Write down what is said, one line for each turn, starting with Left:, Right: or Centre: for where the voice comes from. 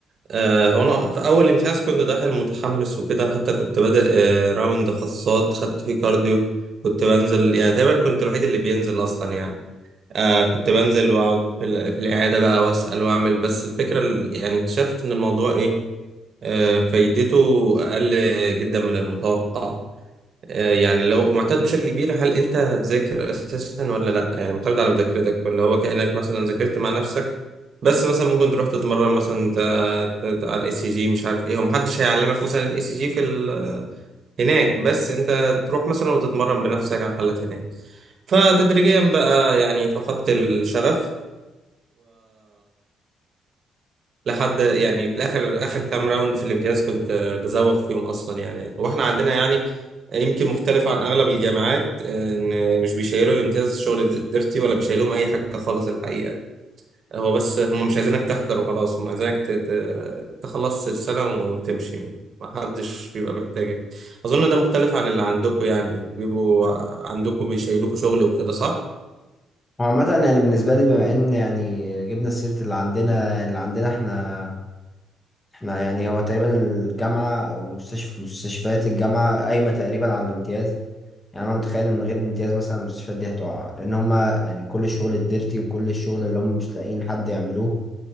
Right: آه هو انا في اول امتياز كنت داخل متحمس وكده حتى كنت بادئ آه راوند خاصات خدت فيه كارديو كنت بنزل يعني تقريبا كنت الوحيد اللي بينزل اصلا يعني آه كنت بنزل واقعد في, ال- في العيادة بقى واسأل واعمل بس الفكرة ال- يعني اكتشفت ان الموضوع ايه آه فايدته اقل جدا من المتوقع آه، يعني لو معتاد بشكل كبير هل انت هتذاكر اساسا ولا لا يعني معتمد على مذاكرتك ولا هو كأنك مثلا ذاكرت مع نفسك بس مثلا ممكن تروح تتمرن مثلا ت- ت- ت- على الاي سي جي مش عارف ايه ومحدش هيعلمك مثلا الاي سي جي في ال... هناك بس انت تروح مثلا وتتمرن بنفسك على الحالات هناك فتدريجيا بقى يعني فقدت الشغف لحد يعني في الاخر اخر كام راوند في الامتياز كنت آه، بزوغ فيهم اصلا يعني واحنا عندنا يعني يمكن مختلف عن اغلب الجامعات آه، ان مش بيشيلوا الامتياز شغل د- ديرتي ولا بيشيلوهم اي حاجه خالص الحقيقه هو بس هم مش عايزينك تحضر وخلاص هم عايزينك ت- ت- تخلص السنه وتمشي ما حدش بيبقى محتاجك اظن ده مختلف عن اللي عندكم يعني انتوا بيبقوا عندكم بيشيلوكوا شغل وكده صح
Left: هو عامة يعني بالنسبة لي بما إن يعني جبنا سيرة اللي عندنا اللي عندنا إحنا إحنا يعني هو تقريبا الجامعة أو مستشفى مستشفيات الجامعة قايمة تقريبا على الامتياز يعني انا متخيل إن من غير الامتياز مثلا المستشفيات دي هتقع لان هما يعني كل الشغل الديرتي وكل الشغل اللي هم مش لاقيين حد يعملوه